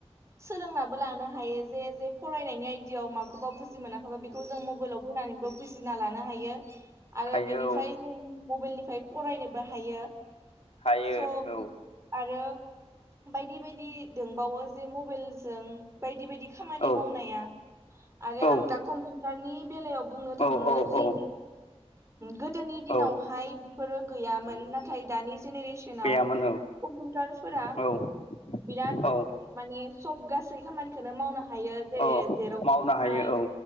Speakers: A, on the right (about 25°); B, on the left (about 70°).
A: सोलोंनाबो लानो हायो जे फरायनायनि आइदियाव माखौबा बुजि मोनाखैबा बेखौ जों मबाइलाव बोनानै बुजिना लानो हायो आरो
B: हायो
A: बिनिफ्राय
B: औ
A: जों मबाइलनिफ्राय फरायनोबो हायो।
B: हायो
A: स'
B: औ
A: आरो बायदि बायदि दोंबावो जे मबाइलजों बायदि बायदि खामानि
B: औ
A: मावनाया आरो
B: औ
A: आं दा कमपिउतारनि बेलायाव बुंनो
B: औ
A: थाङो
B: औ
A: जि
B: औ
A: गोदोनि दिनावहाय
B: औ
A: बेफोरो गैयामोन, नाथाय दानि जेनेरेसनाव
B: गैयामोन औ
A: कम्पिउटारफोरा
B: औ
A: बिराद
B: औ
A: माने सब गासै खामानिखौनो मावनो हायो। जेरै-
B: औ
A: जेर'क्स
B: मावनो
A: खामनाय
B: हायो औ